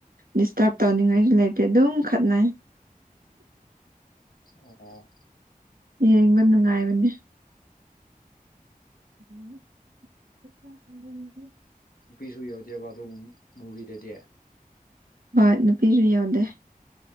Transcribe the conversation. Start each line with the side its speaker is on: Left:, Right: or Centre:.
Right: ꯗꯤꯁꯇꯔꯕ ꯇꯧꯅꯤꯡꯉꯥꯏꯁꯨ ꯂꯩꯇꯦ ꯑꯗꯨꯝ ꯈꯠꯅꯩ꯫
Left: ꯑꯣ꯫
Right: ꯌꯦꯡꯕ ꯅꯨꯡꯉꯥꯏꯕꯅꯦ꯫ <inaudible>
Left: ꯅꯨꯄꯤꯁꯨ ꯌꯥꯎꯗꯦꯕ ꯑꯗꯨ ꯃꯣꯚꯤꯗꯗꯤ꯫
Right: ꯍꯣꯏ ꯅꯨꯄꯤꯁꯨ ꯌꯥꯎꯗꯦ꯫